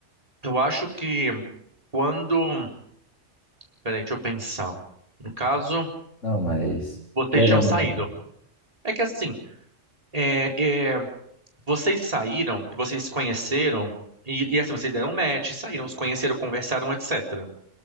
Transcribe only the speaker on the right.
eu acho que quando. Peraí, deixa eu pensar. No caso,
vocês
tinham saído.
É que assim, é, é, vocês saíram e vocês se conheceram, e, e assim, vocês deram um match, saíram, se conheceram, conversaram, etc.